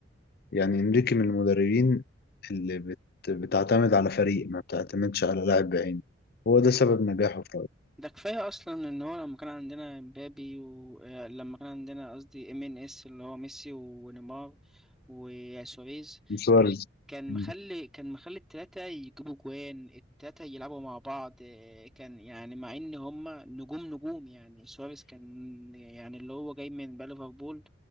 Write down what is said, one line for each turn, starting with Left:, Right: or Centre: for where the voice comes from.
Left: يعني انريكي من المدربين اللي بت... بتعتمد على فريق ما بتعتمدش على لاعب بعينه هو ده سبب
Centre: اه
Left: نجاحه في رأيي
Centre: ده كفايه اصلا ان هو لما كان عندنا مبابي ولما كان عندنا قصدي ام ان اس اللي هو ميسي ونيمار وسواريز
Left: سواريز
Centre: آه، كان
Left: مم.
Centre: مخلي كان مخلي التلاتة يجيبوا جوان التلاتة يلعبوا مع بعض آه، كان يعني مع ان هما نجوم نجوم يعني سواريز كان يعني اللي هو جاي من بقى ليفربول